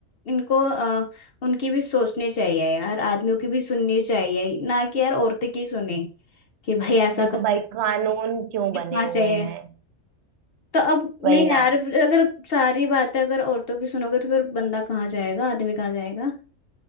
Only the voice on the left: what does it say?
इनको अ, उनकी भी सोचनी चाहिए यार आदमियों की भी सुननी चाहिए ना कि यार औरतें की सुने कि भाई ऐसा
करके
वो
कर-
इतना
चाहिए
तो अब नहीं
यार अगर सारी बातें अगर औरतों की सुनोगे तो फिर बंदा कहाँ जाएगा आदमी कहाँ जाएगा